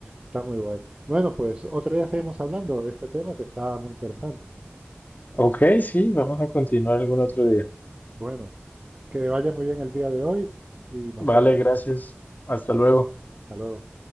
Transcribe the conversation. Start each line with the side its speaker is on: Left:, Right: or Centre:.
Right: Está muy guay. Bueno, pues otro día seguimos hablando de este tema que está muy interesante.
Left: Ok, sí, vamos a continuar algún otro día.
Right: Bueno, que vaya muy bien el día de hoy y nos
Left: Vale,
Right: vemos.
Left: gracias. Hasta
Right: Hasta
Left: luego.
Right: luego, hasta luego.